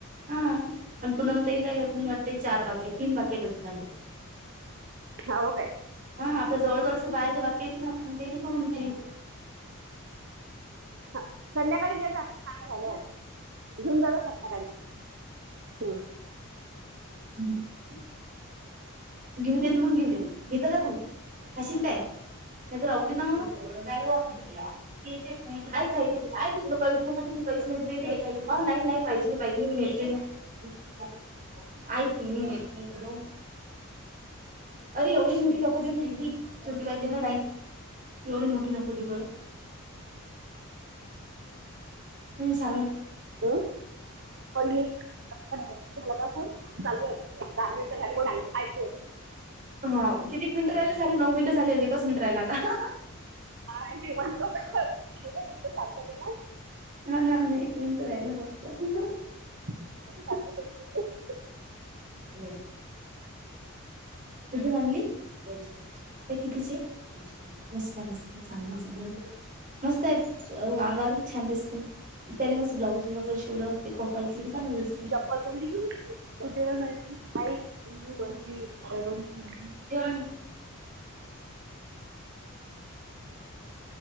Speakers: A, on the right (about 40°); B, on the right (about 60°).
A: हा अन् पूणम ताईंना ही अजून वाटते चार बाकीय तीन बाकी आयत अजून माझे.
B: हाव काय?
A: हा आपल्या जवळ जवळच बायाच बाकी एत ना. मग त्येयल करून घेईन.
B: हा संध्याकाळी न्हे जा काय झालंय घिवून जा संध्याकाळी. हां.
A: <inaudible> घीव देन मग घीवदेन घेत का तू खाशील काय? नाय तर आवडीन, हॅलो ऐक ऐक ऐक कायच नको घेऊ <unintelligible> अ नाय नाय पाहिजेल पाहिजेल मी येते ग. <unintelligible> ऐक मी न्हेत नाय खर अरे एवढी मोठी नको देऊ थैंली. छोटी वाली दे ना नाय एवढी मोठी न को देऊ बर कुणी सांगल?
B: हम्म, वहीनी <unintelligible> झाला का फोन चालूय दहा मिनटं झाली की सांग ऐकू
A: हा कितीक मिनट राहिले झाले नऊ मिनिट झाले एकच मिनिटं राहिला आता.
B: हा आणि ती म्हणतो कसं होवूदे तुमचं शांततेनं.
A: हो ना हो ना एक मिनट राहिलं फक्त.
B: नाय शांततेन होवूदे.
A: य. कुठून आणली? व्हय च्या <unintelligible> ते कितीचे? मस्त मस्त चांगलं चांगल. मस्त आय आंगावर बी छान दिसत ना त्याला मस् ब्लाऊज वगैरे शिवलं पिको फाॅल केली की चांगल दिसते.
B: कुठेला जायची? हाई कोणची आर्या कोणाची नदी?
A: ठेवा मग.